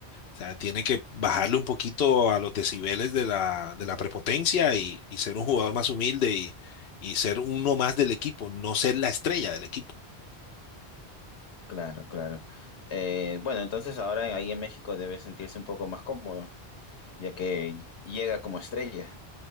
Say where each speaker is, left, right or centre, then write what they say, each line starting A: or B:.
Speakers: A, on the left (about 65°); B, on the left (about 80°).
A: O sea, tiene que bajarle un poquito a los decibeles de la, de la prepotencia y, y ser un jugador más humilde y, y ser uno más del equipo, no ser la estrella del equipo.
B: claro, claro. Eh, bueno, entonces ahora ahí en México debe sentirse un poco más cómodo, ya que llega como estrella.